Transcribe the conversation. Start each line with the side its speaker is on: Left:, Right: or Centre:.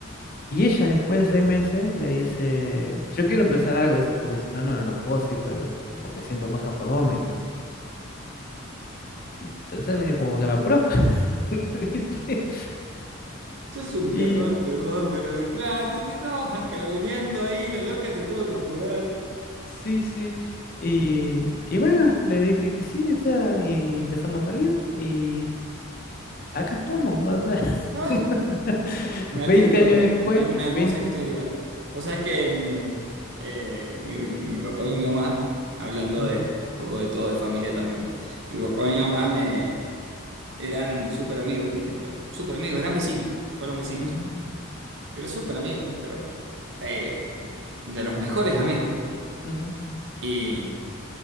Left: Y ella después de seis meses me dice, yo quiero empezar algo, dice, porque si no, no, no no puedo, sí, porque, porque siento cosas por vos, me dice. Y entonces medio como que me apuró, <laughs> ¿viste?
Right: Sos un cagón,
Left: Y
Right: perdón, pero claro, te, te estabas cagoneando ahí, la loca te tuvo que apurar.
Left: sí, sí. Y, y bueno, le dije que sí, o sea, y empezamos a salir y acá estamos, o sea.
Right: No,
Left: <laughs>
Right: Me
Left: 20
Right: alegro,
Left: años
Right: me-
Left: después,
Right: es una
Left: 20,
Right: hermosa historia. Vos sabés que mm, eh, mi, mi papá y mi mamá, hablando
Left: ujú,
Right: de un poco de todo, de familia también, mi papá y mi mamá me, eran súper amigos, ¿viste? Pero súper amigos, eran vecinos, fueron vecinos,
Left: ujú,
Right: pero súper amigos, pero eh, de los mejores amigos.
Left: ujú,
Right: Y,